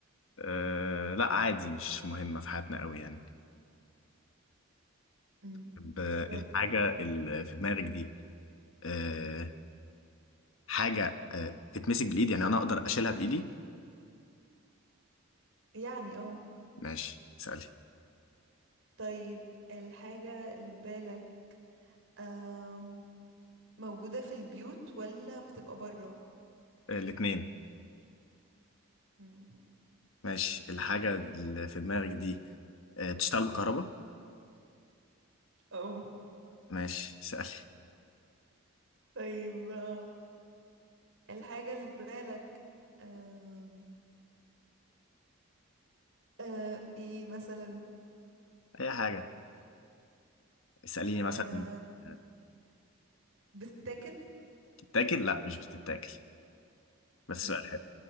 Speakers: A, on the left; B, on the right.
A: أه لا عادي مش مهمة في حياتنا قوي يعني
B: امم
A: طب، آه،
B: طيب
A: الحاجة اللي في دماغك دي آه، حاجة آه، تتمسك بالإيد يعني أنا أقدر أشيلها بإيدي
B: يعني اه
A: ماشي سألي
B: طيب الحاجة اللي في بالك أم... موجودة في البيوت ولا بتبقى برا
A: الاتنين
B: امم
A: ماشي الحاجة اللي في دماغك دي آه، بتشتغل بالكهرباء
B: اه
A: ماشي سألي
B: طيب آه، الحاجة اللي في بالك أم... أه... ايه مثلا
A: أي حاجة اسأليني مثلا
B: أم...
A: آه،
B: بتتاكل
A: بتتاكل لا مش بتتاكل بس
B: امم
A: سؤال حلو